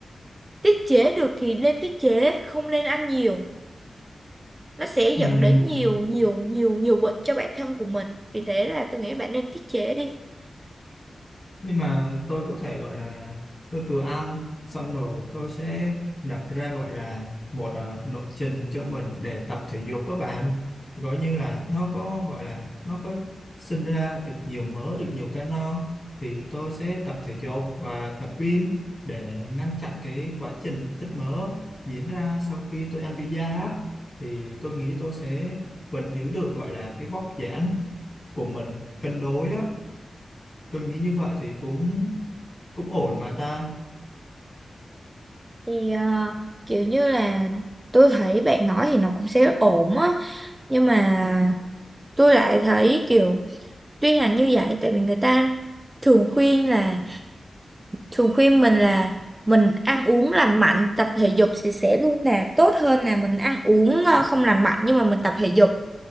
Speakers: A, on the right; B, on the left.
A: tiết chế được thì nên tiết chế không nên ăn nhiều nó sẽ
B: Ừm,
A: dẫn đến nhiều nhiều nhiều nhiều bệnh cho bản thân của mình vì thế là tôi nghĩ bạn nên tiết chế đi
B: nhưng mà tôi có thể gọi là tôi vừa ăn xong rồi tôi sẽ nạp ra gọi là một uh, lộ trình cho mình để tập thể dục với bạn gọi như là nó có gọi là nó có sinh ra được nhiều mỡ được nhiều calo thì tôi sẽ tập thể dục và tập gym để ngăn chặn cái quá trình tích mỡ diễn ra sau khi tôi ăn pizza á. thì tôi nghĩ tôi sẽ vẫn giữ được gọi là cái vóc dáng của mình cân đối á tôi nghĩ như vậy thì cũng cũng ổn mà ta
A: thì ờ, kiểu như là tôi thấy bạn nói thì nó cũng sẽ ổn á nhưng mà tôi lại thấy kiểu tuy là như vậy tại vì người ta thường khuyên là thường khuyên mình là mình ăn uống lành mạnh tập thể dục thì sẽ luôn là tốt hơn là mình ăn uống ờ, không lành mạnh nhưng mà mình tập thể dục